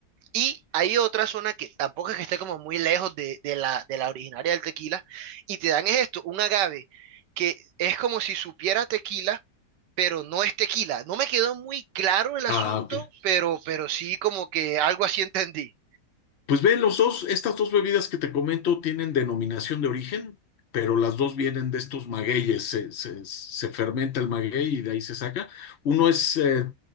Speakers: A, on the right; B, on the left.
A: Y hay otra zona que tampoco es que esté como muy lejos de, de la, de la originaria del tequila, y te dan es esto, un agave, que es como si supiera tequila, pero no es tequila. No me quedó muy claro el asunto,
B: Ah, ok.
A: pero, pero sí como que algo así entendí.
B: Pues ve, los dos, estas dos bebidas que te comento tienen denominación de origen, pero las dos vienen de estos magueyes. Se, se- se fermenta el maguey y de ahí se saca. Uno es eh,